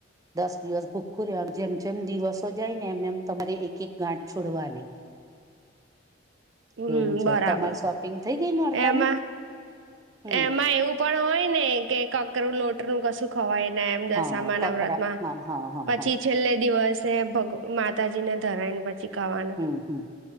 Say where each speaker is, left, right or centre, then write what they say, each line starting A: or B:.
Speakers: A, on the right; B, on the right.
A: દસ દિવસ ભૂખું રહે જેમ દિવસો જાય ને એમ એમ તમારે એક એક છોડવાની.
B: હમ્મ
A: એવું છે
B: બરાબર
A: તમારે શોપિંગ થઈ ગઈ નોરતાની
B: એમાં.
A: હમ
B: એમાં એવું પણ હોય ને કે કકરું લોટ. નું કશું ખવાય ને એમ દશામાં
A: હા કકરા
B: નવરાત માં
A: હા હા હા
B: પછી
A: હા
B: છેલ્લે દિવસે ભગ માતાજીને ધરાયને પછી. ખાવાનું
A: હમ્મ હમ્મ